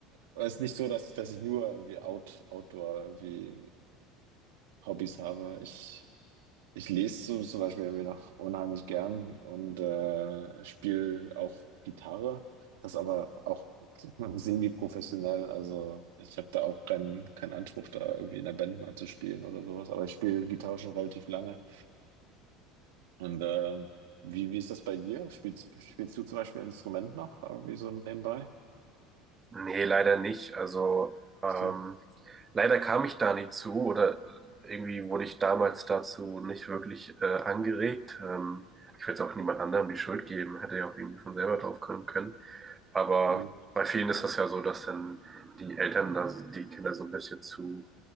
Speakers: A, on the right; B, on the right.
A: es ist nicht so, dass, dass ich nur irgendwie Out, Outdoor irgendwie Hobbys habe. Ich, ich lese so zum Beispiel irgendwie noch unheimlich gern und äh, spiele auch Gitarre. Das aber auch <laughs> semi-professionell. Also ich habe da auch keinen keinen Anspruch, da irgendwie in der Band mal zu spielen oder sowas. Aber ich spiele Gitarre schon relativ lange. Und äh, wie, wie ist das bei dir? Spielst, spielst du zum Beispiel ein Instrument noch? Aber wie so nebenbei?
B: Nee, leider nicht. Also ähm,
A: So,
B: leider kam ich da nicht zu oder irgendwie wurde ich damals dazu nicht wirklich äh, angeregt. Ähm, ich will jetzt auch niemand anderem die Schuld geben, hätte ja auch irgendwie von selber drauf kommen können. Aber
A: ja.
B: bei vielen ist das ja so, dass dann die Eltern da die Kinder so ein bisschen zu,